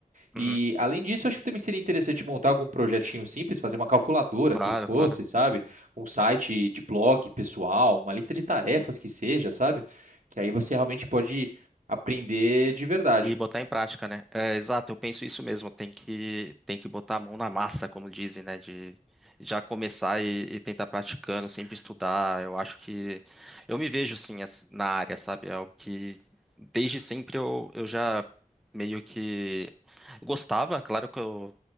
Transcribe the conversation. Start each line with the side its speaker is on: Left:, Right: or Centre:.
Right: E
Centre: Uhum.
Right: além disso, acho que também seria interessante montar algum projetinho simples, fazer uma calculadora
Centre: Claro,
Right: que fosse,
Centre: claro.
Right: sabe? Um site de blog pessoal, uma lista de tarefas que seja, sabe? Que aí você realmente pode aprender de verdade.
Centre: E botar em prática, né? É, exato, eu penso isso mesmo. Tem que, tem que botar a mão na massa, como dizem, né? De já começar e, e tentar praticando, sempre estudar. Eu acho que eu me vejo sim ass- na área, sabe? É algo que desde sempre eu, eu já meio que gostava. Claro que eu